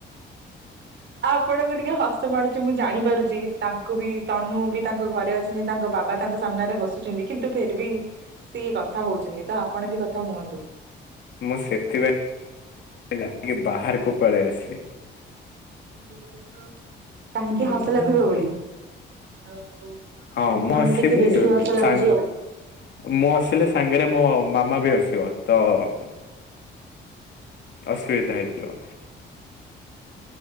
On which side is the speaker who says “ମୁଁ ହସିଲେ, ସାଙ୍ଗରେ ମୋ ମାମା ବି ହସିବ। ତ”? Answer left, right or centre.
Left